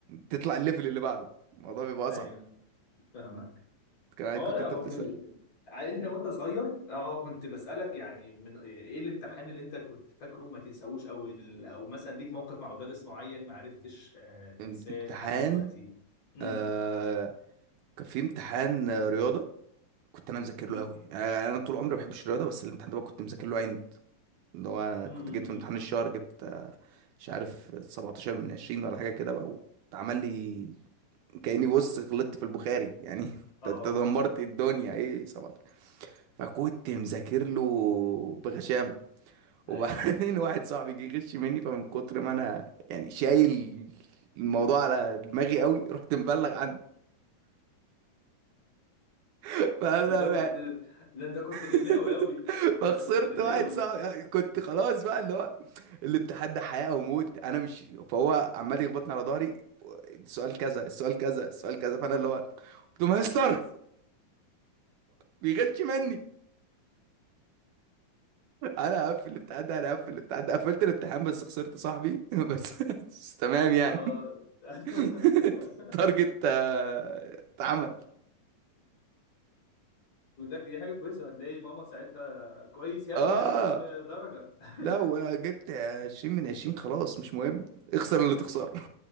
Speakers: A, on the right (about 75°); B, on the left (about 50°).
A: تطلع الليفل اللي بعده الموضوع بيبقى اصعب
B: ايوه فاهمك
A: كان عايز-
B: ما هو
A: كنت
B: لا
A: انت
B: هو
A: بتسال
B: في ع- انت وانت صغير اه كنت بسألك يعني من ايه الامتحان اللي انت كنت فاكره ما تنساهوش او ال... او مثلا ليك موقف مع مدرس معين ما عرفتش آه، تنساه
A: ام- امتحان
B: لحد دلوقتي امم
A: آه كان في امتحان آه، رياضه كنت انا مذاكر
B: امم
A: له قوي يعني انا طول عمري ما بحبش الرياضه بس الامتحان ده بقى كنت مذاكر له عند اللي هو
B: امم
A: كنت
B: أمم.
A: جيت في امتحان الشهر جبت مش عارف 17 من 20 ولا حاجه كده بقى واتعمل لي كاني بص غلطت في البخاري يعني <laughs>
B: اه
A: انت أنت دمرت الدنيا ايه 17 فكنت مذاكر له بغشامه وبعدين
B: ايوه ايوه
A: <laughs> واحد صاحبي جه يغش مني فمن كتر ما انا يعني شايل الموضوع على دماغي قوي رحت مبلغ عنه <laughs> فانا
B: ده انت كنت ده انت كنت غلاوي
A: <laughs>
B: قوي انت
A: فخسرت
B: كنت غلاوي
A: واحد صاحبي كنت خلاص بقى اللي هو الامتحان ده حياة أو موت أنا مش فهو عمال يخبطني على ظهري السؤال كذا السؤال كذا السؤال كذا فأنا اللي هو قلت له مستر بيغش مني أنا هقفل الامتحان ده أنا هقفل الامتحان ده قفلت الامتحان بس خسرت صاحبي <laughs> بس, بس تمام يعني
B: اه <laughs>
A: <laughs> تارجت آه، اتعمل
B: وده دي حاجه كويسه هتلاقي ماما ساعتها كويس يا ابني
A: اه
B: انك جبت درجه <laughs>
A: لا وجبت 20 من 20 خلاص مش مهم اخسر اللي تخسره <laughs>